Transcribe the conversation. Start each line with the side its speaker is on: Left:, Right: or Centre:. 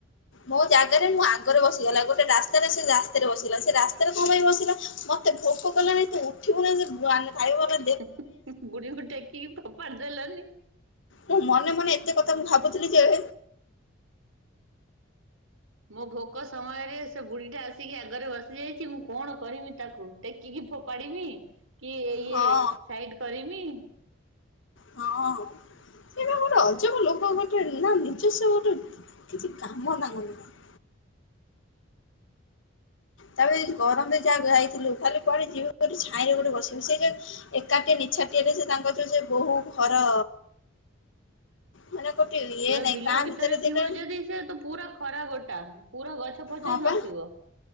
Left: ମୋ ଜାଗାରେ ମୁଁ ଆଗରେ ବସିଗଲା, ଗୋଟେ ରାସ୍ତାରେ ସିଏ ରାସ୍ତାରେ ବସିଗଲା, ସେ ରାସ୍ତାରେ କଣ ପାଇଁ ବସିଲା? ମ ମତେ ଭୋକ କଲାଣି, ତୁ ଉଠିବୁନି ଯେ ଆମେ ଖାଇବୁ ବୋଲେ
Right: ହୁଁ-ହୁଁ-ହୁଁ-ହୁଁ, ବୁଢ଼ୀକୁ ଟେକିକି ଫୋପାଡ଼ି ଦେଲନି?
Left: ମୁଁ ମନେ ମନେ ଏତେ କଥା ମୁଁ ଭାବୁଥିଲି ଯେ
Right: ମୋ ଭୋକ ସମୟରେ ସେ ବୁଢୀଟା ଆସିକି ଆଗରେ ବସି ଯାଇଛି, ମୁଁ କଣ କରିମି ତାକୁ ଟେକିକି ଫୋପାଡ଼ିମି, କି ଇଏ
Left: ହଁ
Right: ସାଇଡ କରିମି?
Left: ହଁ। ଇଏ ବା ଗୋଟେ ଅଜବ ଲୋକ ଗୋଟେ ନା ନିଜସ୍ୱ ଗୋଟେ କିଛି କାମ ତାଙ୍କର ନାହିଁ। ତାପ ଯଦି ଗରମରେ ଯାହା ଯାଇଥିଲୁ, ଖାଲି କୁଆଡ଼େ ଯିବୁ ବୋଲି ଛାଇଁରେ ଗୋଟେ ବସିବୁ। ସେ ଯା ଏକାଟିଏ ନିଛାଟିଏରେ ସେ ତାଙ୍କର ସେ ଯୋଉ ସେ ବୋହୂ ଘର ମାନେ ଗୋଟେ ଇଏ
Right: ପୁରା
Left: ନାହିଁ
Right: ବିଲ
Left: ଗାଁ
Right: ଭିତରେ
Left: ସେଇଟା
Right: ଥିବ ଯଦି ସେ ତ ପୁରା ଖରା ଗୋଟା, ପୁରା ଗଛ ପଛ
Left: ହଁ
Right: ନଥିବ।
Left: ପା